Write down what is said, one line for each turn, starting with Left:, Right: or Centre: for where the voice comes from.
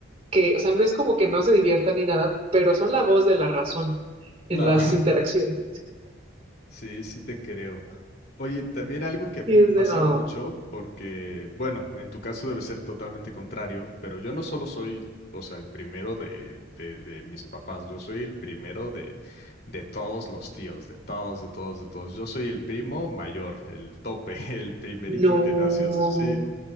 Right: que, o sea, no es como que no se diviertan ni nada, pero son la voz de la razón en
Left: No.
Right: las
Left: <laughs>
Right: interacciones.
Left: Sí, sí te creo. Oye, también algo que a mí
Right: Y es
Left: me pasa
Right: de, oh,
Left: mucho, porque, bueno, en tu caso debe ser totalmente contrario, pero yo no solo soy, o sea, el primero de, de, de mis papás, yo soy el primero de, de todos los tíos, de todos, de todos, de todos. Yo soy el primo mayor, el tope, <laughs> el primerito
Right: no,
Left: que nació. Sí,